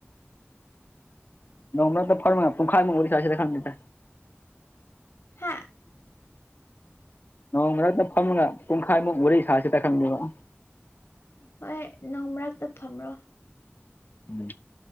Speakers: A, on the left; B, on the left.
A: ꯅꯣꯡꯂꯛꯇ ꯐꯔꯃꯒ ꯄꯨꯡꯈꯥꯏꯃꯨꯛ ꯋꯥꯔꯤ ꯁꯥꯁꯤꯗ ꯈꯪꯗꯦꯗ
B: ꯍꯥ
A: ꯅꯣꯡꯃ ꯃꯔꯛꯇ ꯐꯝꯃꯒ ꯄꯨꯡꯈꯥꯏꯃꯨꯛ ꯋꯥꯔꯤ ꯁꯥꯥꯁꯤꯗ ꯈꯪꯗꯦꯕ
B: ꯍꯣꯏ ꯅꯣꯡ ꯃꯔꯛꯇ ꯐꯝꯔꯣ
A: ꯎꯝ